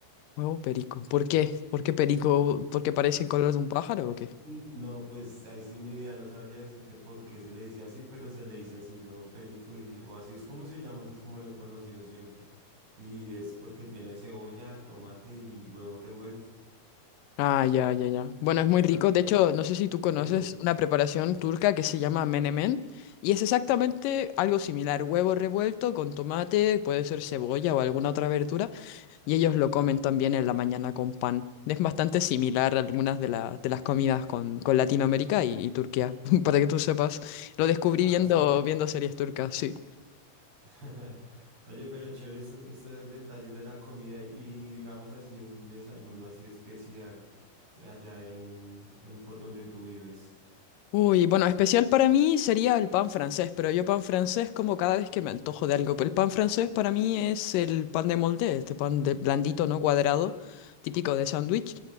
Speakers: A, on the left; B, on the right.
A: Huevo perico. ¿Por qué? ¿Por qué perico? ¿Porque parece el color de un pájaro o
B: Mm,
A: qué?
B: No, pues ahí sí ni idea, no sabría decirte por qué se le dice así, pero se le dice así, huevo perico, y, o así es como se llama, así es como lo he conocido siempre. Y es porque tiene cebolla, tomate y huevo revuelto,
A: Ah, ya, ya, ya. Bueno, es muy rico.
B: algo.
A: De hecho, no sé si tú
B: Sí.
A: conoces una preparación turca que se llama menemen y es exactamente algo similar. Huevo revuelto con tomate, puede ser cebolla o alguna otra verdura y ellos lo comen también en la mañana con pan. Es bastante similar a algunas de, la- de las comidas con, con Latinoamérica y, y Turquía, <laughs> para que tú sepas. Lo descubrí
B: Ah,
A: viendo,
B: sí.
A: viendo series turcas, sí.
B: <laughs> Oye, pero chévere estos, estos detalles de la comida y, y digamos así un desayuno así especial eh, allá en, en por donde tú vives.
A: Uy, bueno, especial para mí sería el pan francés, pero yo pan francés como cada vez que me antojo de algo. Pero el pan francés para mí es el pan de molde, este pan de blandito, ¿no? Cuadrado, típico de sándwich.